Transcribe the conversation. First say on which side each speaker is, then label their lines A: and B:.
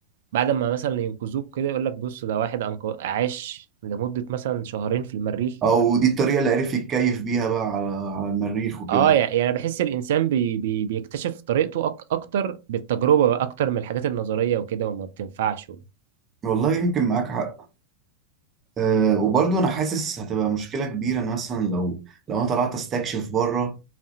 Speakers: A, on the right; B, on the right.
A: بعد ما مثلا ينقذوك كده يقول لك بص ده واحد أنق... عاش لمدة مثلا شهرين في المريخ
B: او دي الطريقة اللي عرف يتكيف بيها بقى على على المريخ وكده
A: اه يع- يعني بحس الانسان بي... بي... بيكتشف طريقته أك... اكتر بالتجربة بقى، اكتر من الحاجات النظرية وكده وما بتنفعش
B: والله يمكن معاك حق أه وبرضه انا حاسس هتبقى مشكله كبيره إن مثلا لو لو انا طلعت استكشف بره